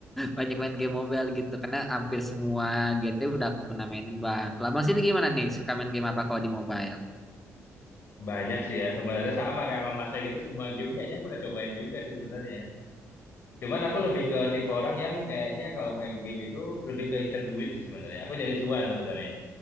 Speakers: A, in the centre; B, on the left.
A: banyak main game mobile gitu karena hampir semua genre udah aku pernah mainin bang. Kalau abang sini gimana nih? Suka main game apa kalau di mobile?
B: Banyak sih ya, sebenarnya sama kayak sama masnya gitu, semua game kayaknya aku udah cobain juga sih sebenarnya. Cuman aku lebih ke tipe orang yang kayaknya kalau main game itu lebih ke incer duit sih sebenarnya. Aku nyari cuan sebenarnya.